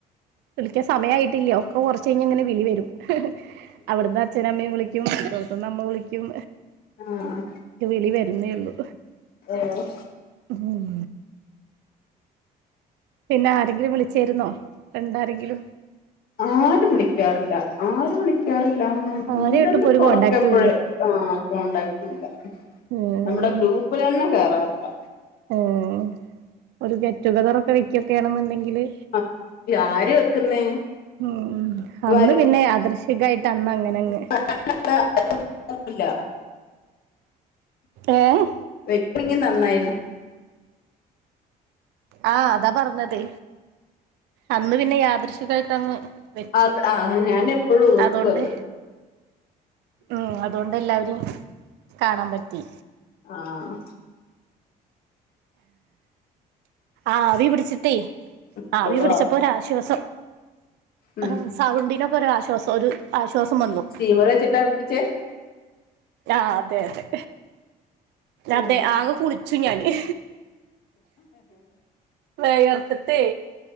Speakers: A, on the right (about 85°); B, on the left (about 60°).
A: വിളിക്കാൻ സമയായിട്ടില്ലിയോ ഇപ്പൊ കൊറച്ച് കഴിഞ്ഞാ ഇങ്ങനെ വിളി വരും അവിടുന്ന് അച്ഛനും അമ്മയും വിളിക്കും മറ്റോടത്തിന്ന് അമ്മ വിളിക്കും
B: ആഹ്
A: <unintelligible> വിളി വരുന്നേ ഉള്ളു
B: ആഹ്
A: ഉം പിന്നെ ആരെങ്കിലും വിളിച്ചായിരുന്നോ ഫ്രണ്ടാരെങ്കിലും
B: ആരും വിളിക്കാറില്ല ആരും വിളിക്കാറില്ലാന്ന് പറഞ്ഞാ
A: ആരെയായിട്ടും
B: ഒന്ന് രണ്ട്
A: ഇപ്പൊ ഒരു
B: പ്രോഡക്റ്റ്
A: കോണ്ടാക്റ്റും
B: എപ്പഴ്‌
A: ഇല്ല
B: ആഹ് കോൺടാക്റ്റും ഇല്ല
A: ഉം
B: നമ്മുടെ ഗ്രൂപ്പിലന്നെ കേറാറില്ല
A: ഉം ഒരു ഗെറ്റ് ടുഗതറൊക്കെ വെക്കൊക്കാണെന്നുണ്ടെങ്കില്
B: ആഹ് ഇത് ആര് വെക്കുന്നേ
A: ഉം ഉം അന്ന്
B: വരൂല്ല
A: പിന്നെ യദൃച്ചികായിട്ട് അന്ന് അങ്ങനെ അങ്ങ്
B: <unintelligible> ന്നുല്ല
A: ഏഹ്
B: വെക്ക്ൺങ്കി നന്നായിര്
A: ആഹ് അതാ പർഞ്ഞതേ അന്ന് പിന്നെ യാദൃശികായിട്ടങ്ങ് വെച്ചു
B: അത് ആ ഞാൻ എപ്പോഴും ഓർക്കും
A: അതോണ്ട്
B: അത്
A: ഉം അ ത് കൊണ്ട് എല്ലാവരിം കാണാം പറ്റി
B: ആഹ്
A: ആവി പിടിച്ച് ട്ടെ
B: ഇങ്ങോട്ട്
A: ആവി പിടിച്ചപ്പൊ
B: വാ
A: ഒരാശ്വാസം
B: ഉം
A: ആഹ് സൗണ്ടിനൊക്കെ ഒരാശ്വാസം ഒരു ആശ്വാസം വന്നു
B: ചോറ് വെച്ച്ട്ടാ ഊറ്റിച്ചേ
A: ആഹ് അതെ അതെ
B: ആ
A: അതെ ആകെ കുളിച്ചു ഞാന് വെയെർത്ത്ട്ടേ